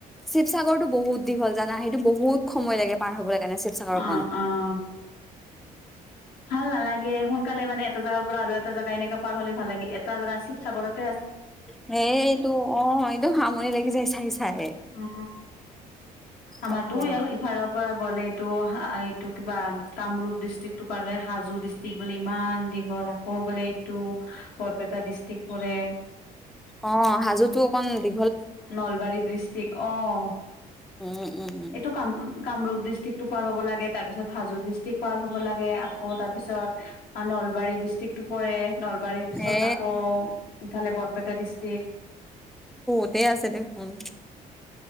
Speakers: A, in the centre; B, on the left.
A: শিৱসাগৰতো বহুত দীঘল জানা সেইটো বহুত সময় লাগে পাৰ হ'বলৈ। তেনে শিৱসাগৰ
B: অ'
A: কন।
B: অ' ভাল নালাগে সোনকালে মানে এটা জোগাৰ পৰা আৰু এটা জেগা এনেকে পাৰ হ'লে ভাল লাগে, এটা জেগা শিৱসাগৰত
A: সেইটো অ, একদম আমনি লাগি যায় চাই - চাই।
B: অ, আমাৰটো
A: তাকে
B: ইফালৰ পৰা গ'লে। এইটো কিবা কামৰূপ ডিষ্ট্ৰিক্ট পালে, হাজো ডিষ্ট্ৰিক্ট বুলি ইমান দীঘল ক, বোলে এইটো বৰপেটা ডিষ্ট্ৰিক পৰে।
A: অ, সাজো তো অকণ দে
B: নলবাৰী ডিষ্ট্ৰিক্ট অ,
A: উম উম উম
B: এইটো কাম কামৰূপ দৃষ্টিক ডিষ্ট্ৰিক্টো পাৰ হ'ব লাগ তাৰপিছত হাজো ডিষ্ট্ৰিক পাৰ হ'ব ল তাৰপিছত নলবাৰি ডিষ্ট্ৰিক। টোপৰে নলবাৰীৰ পিছত
A: এ
B: আকৌ ইফালে বৰপেটা ডিষ্ট্ৰিক।
A: ততে আছে দেখোন।